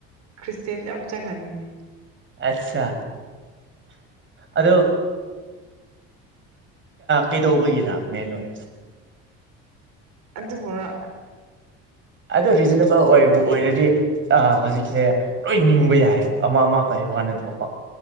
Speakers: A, on the right; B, on the right.
A: ꯈ꯭ꯔꯤꯁꯇꯦꯟꯗ ꯌꯥꯝ ꯆꯪꯍꯟꯅꯤꯡꯉꯦ
B: ꯑꯠꯆꯥ ꯑꯗꯣ ꯀꯩꯗꯧꯕꯒꯤꯔ ꯃꯦꯟ ꯑꯣꯏꯔꯤꯕꯁꯦ
A: ꯑꯗꯨ ꯑꯗꯨꯕꯨꯔ
B: ꯑꯗꯨ ꯔꯤꯖꯅꯦꯕꯜ ꯑꯣꯏꯕꯨ ꯑꯣꯏꯔ ꯍꯧꯖꯤꯛꯁꯦ ꯂꯣꯏ ꯅꯤꯡꯕ ꯌꯥꯏꯑꯕ ꯑꯃꯥ ꯑꯃ ꯀꯥꯏꯣ ꯍꯅ ꯑꯗꯨꯕꯀꯣ